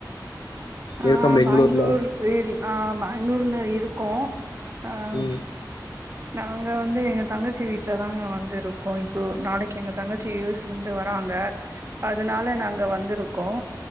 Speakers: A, on the right; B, on the left.
A: ஆஹ்
B: இருக்கே பெங்களூர்ல
A: பெங்களூர் இல் ஆஹ் பெங்களூர்ல இல் இருக்கோம் ஆஹ்
B: ம்
A: நாங்க வந்து எங்க தங்கச்சி வீட்டுலதாங்க வந்துருக்கோ இப்போ நாளைக்கு எங்க தங்கச்சி யு எஸ்ல இருந்து வராங்க அதுனால நாங்க வந்திரு கோம்